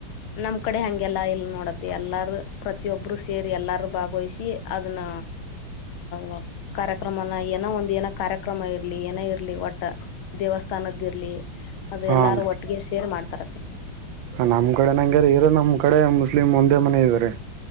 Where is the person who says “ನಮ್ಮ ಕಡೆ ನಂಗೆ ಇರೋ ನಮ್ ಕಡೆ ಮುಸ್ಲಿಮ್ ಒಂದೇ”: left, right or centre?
Right